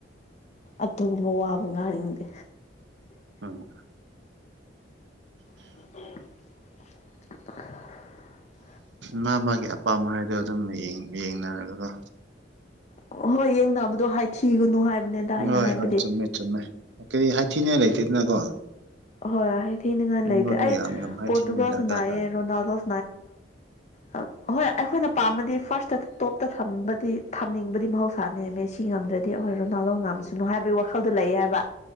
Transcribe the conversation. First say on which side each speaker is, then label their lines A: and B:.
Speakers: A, on the left; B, on the right.
A: ꯑꯗꯨꯒꯨꯝꯕ ꯋꯥꯕꯨ ꯉꯥꯡꯅꯤꯡꯗꯦ
B: ꯎꯝ
A: <unintelligible>
B: ꯃꯥ ꯃꯥꯒꯤ ꯑꯄꯥꯝꯕ ꯍꯥꯏꯗꯣ ꯑꯗꯨꯝ ꯌꯦꯡꯅꯔꯒ
A: ꯑꯣ ꯍꯣꯏ ꯌꯦꯡꯅꯕꯗꯣ ꯍꯥꯏꯊꯤꯒꯅꯨ ꯍꯥꯏꯕꯅꯤꯗ ꯑꯩꯅ
B: ꯍꯣꯏ
A: ꯍꯥꯏꯕꯗꯤ
B: ꯍꯣꯏ ꯆꯨꯝꯃꯦ ꯆꯨꯝꯃꯦ ꯀꯔꯤ ꯍꯥꯏꯊꯤꯅꯤꯡꯉꯥꯏ ꯂꯩꯇꯦꯗꯅꯀꯣ
A: ꯍꯣꯏ ꯊꯤꯅꯤꯡꯉꯥꯏ
B: ꯃꯤꯉꯣꯟꯗ
A: ꯂꯩꯇꯦ ꯑꯩ
B: ꯌꯥꯝ ꯌꯥꯝ ꯍꯥꯏꯊꯤꯅꯤꯡꯉꯥꯏ
A: ꯄꯣꯔꯇꯨꯒꯁꯅꯥꯑ
B: ꯗꯔꯀꯥꯔ ꯇꯥꯗꯦ
A: ꯔꯣꯅꯥꯜꯗꯣ ꯍ ꯑꯩꯈꯣꯏ ꯐꯥ ꯊ ꯇꯝꯅꯤꯡꯕꯗꯤ ꯃꯍꯧꯁꯥ ꯅꯦꯝꯃꯦ ꯁꯤ ꯉꯝꯗ꯭ꯔꯗꯤ ꯑꯩꯈꯣꯏ ꯔꯣꯅꯥꯜꯗꯣ ꯉꯝꯁꯨꯅꯨ ꯍꯥꯏꯕꯒꯤ ꯋꯥꯈꯜꯗꯣ ꯂꯩꯌꯦ ꯍꯥꯏꯕ